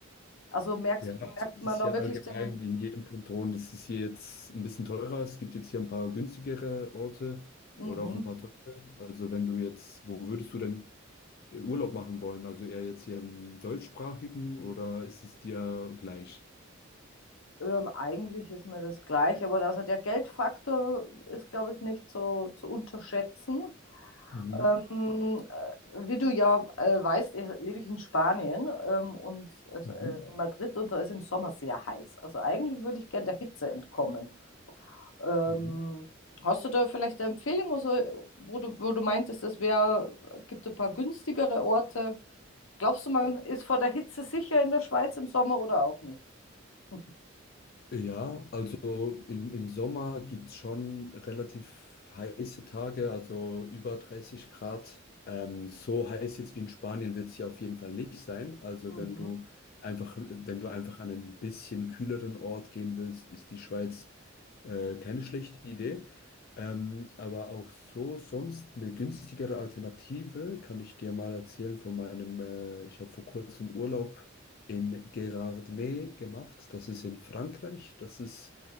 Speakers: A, on the left; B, on the left.
A: Also merkst,
B: ja, also
A: merkt
B: es
A: man
B: ist
A: dann
B: hier
A: wirklich
B: allgemein
A: den,
B: in jedem Kanton ist es hier jetzt ein bisschen teurer. Es gibt jetzt hier ein paar günstigere Orte
A: mhm.
B: oder auch ein paar teure. Also wenn du jetzt, wo würdest du denn Urlaub machen wollen? Also eher jetzt hier im deutschsprachigen oder ist es dir gleich?
A: Ähm, eigentlich ist mir das gleich, aber also der Geldfaktor ist, glaube ich, nicht so zu unterschätzen.
B: Mhm.
A: Ähm, äh, wie du ja äh, weißt, eh, lebe ich in Spanien ähm, und also,
B: Mhm.
A: äh, in Madrid und da ist im Sommer sehr heiß. Also eigentlich würde ich gerne der Hitze entkommen. Ähm,
B: Mhm.
A: hast du da vielleicht eine Empfehlung, also, wo du, wo du meintest, es wär, gibt ein paar günstigere Orte? Glaubst du, man ist vor der Hitze sicher in der Schweiz im Sommer oder auch nicht? <laughs>
B: Ja, also in, im Sommer gibt es schon relativ heiße Tage, also über 30 Grad. Ähm, so heiß jetzt wie in Spanien wird es hier auf jeden Fall nicht sein. Also
A: Mhm.
B: wenn du einfach, wenn du einfach an einen bisschen kühleren Ort gehen willst, ist die Schweiz Äh, keine schlechte Idee. Ähm, aber auch so sonst eine günstigere Alternative kann ich dir mal erzählen von meinem, äh, ich habe vor kurzem Urlaub in Gérardmer gemacht. Das ist in Frankreich. Das ist